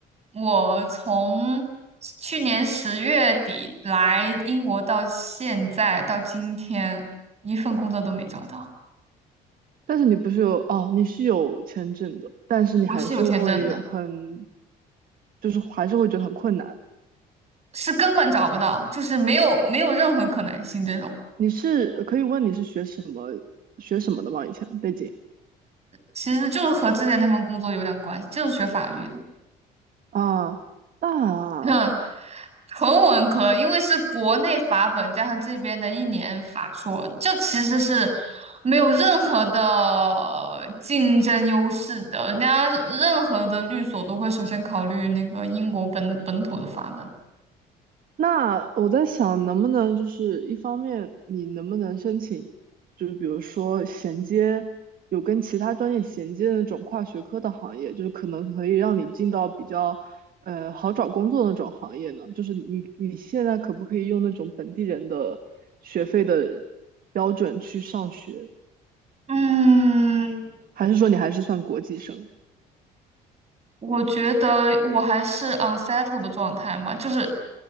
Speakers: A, on the right; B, on the right.
A: 我从去年十月底来英国到现在到今天，一份工作都没找到。
B: 但是你不是有哦，你是有签证的，但是你还是会很，
A: 我是有签证的，
B: 就是还是会觉得很困难。
A: 是根本找不到，就是没有没有任何可能性这种。
B: 你是可以问你是学什么学什么的吗？以前背景
A: 其实就是和之前那份工作有点关系，就是学法律的。
B: 啊，那
A: 嗯。纯文科，因为是国内法本加上这边的一年法硕，这其实是没有任何的竞争优势的。人家任何的律所都会首先考虑那个英国本本土的法本。
B: 那我在想，能不能就是一方面，你能不能申请，就是比如说衔接有跟其他专业衔接的那种跨学科的行业，就是可能可以让你进到比较呃好找工作的那种行业呢？就是你你现在可不可以用那种本地人的学费的标准去上学，
A: 嗯，
B: 还是说你还是算国际生？
A: 我觉得我还是 unsettled 的状态嘛，就是